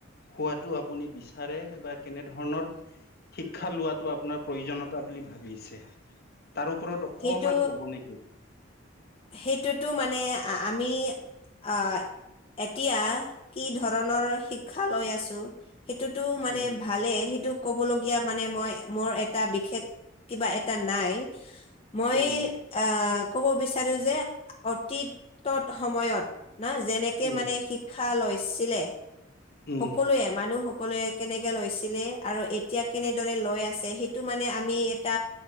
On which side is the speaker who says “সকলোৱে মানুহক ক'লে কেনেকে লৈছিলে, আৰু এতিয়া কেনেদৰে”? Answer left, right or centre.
Left